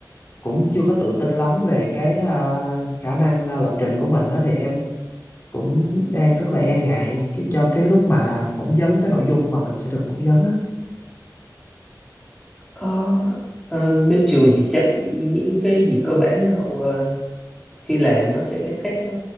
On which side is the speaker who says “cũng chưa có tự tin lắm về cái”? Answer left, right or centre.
Left